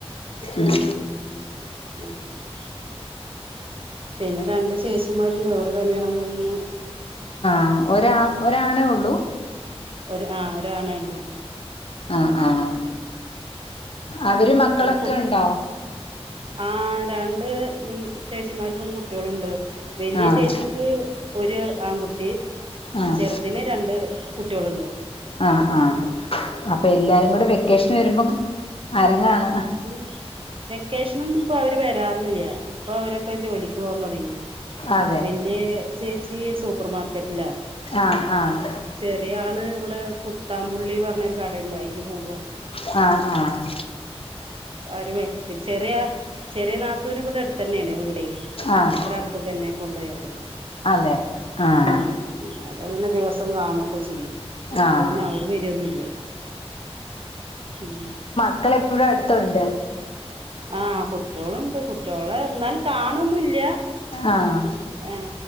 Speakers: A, on the left; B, on the right.
A: ഉം
B: ഉം <inaudible> പിന്നെ രണ്ട് ചേച്ചിമാരുണ്ട് അവർ ടെ കല്യാണം കയ്ഞ്ഞു
A: ആ ഒരാ ഒരാണേ ഉള്ളൂ
B: ഒരു ആ ഒരാണേ ഉള്ളൂ
A: ആഹ് ആഹ് അവര് മക്കളൊക്കെ
B: എന്റെ കു
A: ഉണ്ടോ
B: ആ രണ്ട് ഉം ചേച്ചിമാർക്കും കുട്ടികളൊണ്ട് വലിയ
A: ആഹ്
B: ചേച്ചിക്ക് ഒരു ആൺകുട്ടി
A: ആഹ്
B: ചെറുതിന് രണ്ടേ കുട്ടികളുണ്ട്
A: ആ ആ അപ്പ എല്ലാരും കൂടെ വെക്കേഷനു വരുമ്പം അരങ്ങാണ്
B: ഉ വെക്കേഷനൊന്നും ഇപ്പ അവര് വരാറില്യ ഇപ്പൊ അവരൊക്കെ ജോലിക്ക് പോവാൻ തൊടങ്ങി
A: അതെ
B: വല്യചേച്ചി ച്ചി സൂപ്പർ മാർക്കറ്റിലാ
A: ആഹ് ആഹ്
B: ചെറിയ ആളേ ഇവി ഇടെ കുത്താപുള്ളിന്നു പറഞ്ഞൊരു കടയുണ്ട് അയിലു പോവാ
A: ആ ആ
B: അവര് വരും പിന്നെ ചെറിയ ചെറിയ നാത്തൂനെ ഇവിടടുത്തന്യാ ണ് വീടെ
A: ആഹ്
B: ഇവിടടുത്തേക്കന്നെയാ കൊണ്ടേ ർക്കണെ
A: അതെ ആഹ്
B: ഉ അപ്പം പിന്നെ ദിവസം കാണുവൊക്കെ ചെയ്യും അപ്പ
A: ആഹ്
B: പിന്നെ അവര് വരുവൊന്നുമില്യ ഉം
A: മക്കള എപ്പോഴും അടുത്തുണ്ട്
B: ആഹ കുട്ടികോളുണ്ട് കുട്ടികളെ എന്നാലും കാണൊന്നുംല്ല
A: ആഹ്
B: ആ